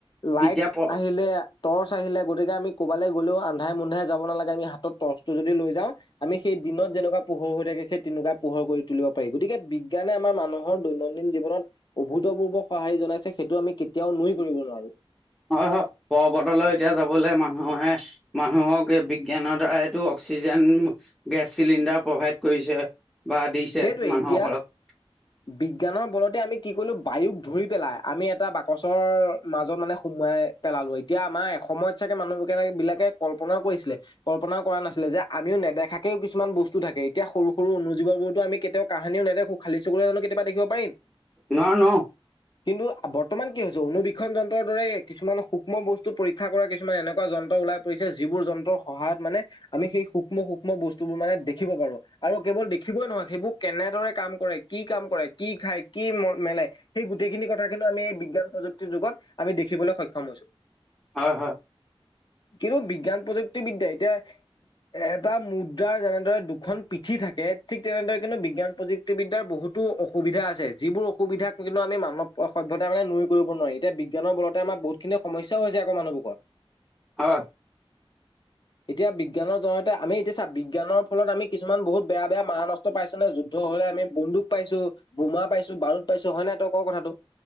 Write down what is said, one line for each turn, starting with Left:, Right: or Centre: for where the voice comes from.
Left: লাইট
Centre: এতিয়া প
Left: আহিলে টৰ্চ আহিলে গতিকে আমি কবালে গলেও আন্ধাৰে মুন্ধাৰে যাব নালাগে আমি হাতত টৰ্চ টো যদি লৈ যাওঁ আমি সেই দিনত যেনেকুৱা পোহৰ হৈ থাকে সেই তেনেকুৱা পোহৰ কৰি তুলিব পাৰি গতিকে বিজ্ঞানে আমাৰ মানুহৰ দৈনন্দিন জীৱনত অভূতপূৰ্ব সঁহাৰি জনাইছে সেইটো আমি কেতিয়াও নুই কৰিব নোৱাৰো।
Centre: হয় হয় পৰ্বতলৈ এতিয়া যাবলৈ মানুহে মানুহক এই বিজ্ঞানৰ দ্বাৰাইটো অক্সিজেন গেছ চিলিণ্ডাৰ প্ৰভাইড কৰিছে। বা দিছে
Left: সেইটোৱেই
Centre: মানুহসকলক
Left: এতিয়া বিজ্ঞানৰ বলতে আমি কি কৰিলো বায়ুক ধৰি পেলাই আমি এটা বাকচৰ মাজত মানে সোমোৱাই পেলালো, এতিয়া আমাৰ এসময়ত চাগে মানুহ বিলাকে
Centre: নোৱাৰো
Left: কল্পনাও কৰিছিলে। কল্পনাও কৰা নাছিলো যে আমিও নেদেখাকেও কিছুমান বস্তু থাকে, এতিয়া সৰু সৰু অনুজীৱবোৰ আমি কেতিয়াও কাহানিও নেদেখো, খালী চুকুৰে জানো কেতিয়াবা দেখিব পাৰিম?
Centre: নোৱাৰো
Left: কিন্তু বৰ্তমান কি হৈছে, অনবীক্ষণ যন্ত্ৰৰ দৰে কিছুমান সূক্ষ্ম বস্তু পৰীক্ষা কৰা কিছুমান এনেকুৱা যন্ত্ৰ ওলাই পৰিছে, যিবোৰ যন্ত্ৰৰ সহায়ত মানে আমি সেই সূক্ষ্ম সূক্ষ্ম বস্তুবোৰ মানে দেখিব পাৰো। আৰু কেৱল দেখিবই নহয়, সেইবোৰ কেনেদৰে কাম কৰে কি কাম কৰে, কি খাই, কি মেলে সেই গোটেইখিনি কথা কিন্তু আমি এই বিজ্ঞান প্ৰযু তি যুগত আমি দেখিবলৈ সক্ষম হৈছো।
Centre: হয়, হয়।
Left: কিন্তু বিজ্ঞান প্ৰযুক্তিবিদ্যা এতিয়া এটা মুদ্ৰাৰ যেনেদৰে দুখন পিঠি থাকে ঠিক তেনেদৰে কিন্তু বিজ্ঞান প্ৰযুক্তিবিদ্যাৰ বহুতো অসুবিধা আছে, এতি যিবোৰ অসুবিধাক কিন্তু আমি মানৱ সভ্যতা মানে নই কৰিব নোৱাৰি, এতিয়া বিজ্ঞানৰ বলতে আমাৰ বহুত খিনি সমস্যাও হৈছে আকৌ মানুহবোৰৰ।
Centre: হয়।
Left: এতিয়া বিজ্ঞানৰ জৰয়তে আমি এতিয়া চা বিজ্ঞানৰ ফলত আমি কিছুমান বহুত বেয়া বেয়া মাৰানস্ত্ৰ পাইছো নহয়, যুদ্ধ হলে আমি বন্দুক পাইছো, বোমা পাইছো, বাৰুদ পাইছো, হয় নাই তই কথাটো।